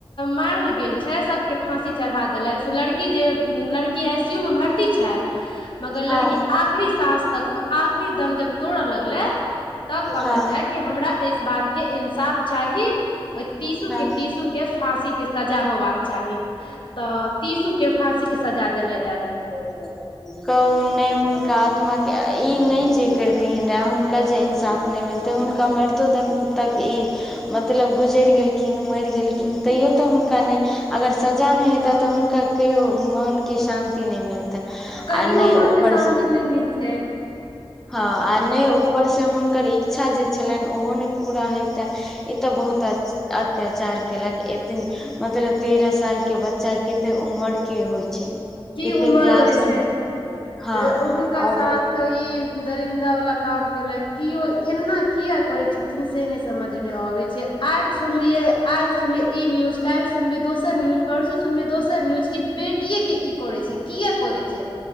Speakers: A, on the left; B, in the centre.
A: मारल गेल। छै सबकें फांसी चढ़ा देलथि लड़की जें लड़की कि आइसीयू में भर्ती छल मगर
B: हँ
A: लड़की आखरी साँस तक आखरी दम जब तोड़ेर लगले तब कहल़ैत
B: हँ
A: हे कि हमरा ई बातके इन्साफ चाही तीसूकें
B: हँ
A: तीसूकें फाँसीके सजा होबाक चाही तऽ तीसू के फांसी के सजा देलेथ।
B: <inaudible> कहू नहि हुनका आत्मा के ई नहि जे करथिन रह हुनका जे इंसाफ नहि मिलत। तऽ हुनका मरितो तख तक ई मतलब गुजरि गेलखिन मरि गेलखिन। तैयो तऽ हुनका नहि अगर सजा नहि हेतै तऽ हुनका कहियो मोनके शान्ति नहि मिलतनि।
A: कहियो
B: आ नहि
A: मन
B: ऊपर
A: के शान्ति
B: छै।
A: नहि मिलते।
B: हँ आ नहि ऊपरसँ हुनकर इच्छा जे छलनि ओहो नहि पूरा होेइतनि ई तऽ बहुत अच्छा। अत्याचार केलक एतनी मतलब तेरह साल के बच्चा कते उमर के होइ छै।
A: की
B: कते
A: उमर
B: क्लासे
A: होइ छै
B: मे हँ
A: तऽ हुनका
B: आओर
A: साथ। तऽ इ दरिन्दा वाला काम के केलेत एना किया करे छथिन से ने समझ में नहीं आबेत छै। आज सुनलियै आज सुनलियै ई न्यूज काल्हि सुनलियै दोसर न्यूज परसू सुनलिय दोसर न्यूज। कि बेटियए के ई करे छै किए करे छै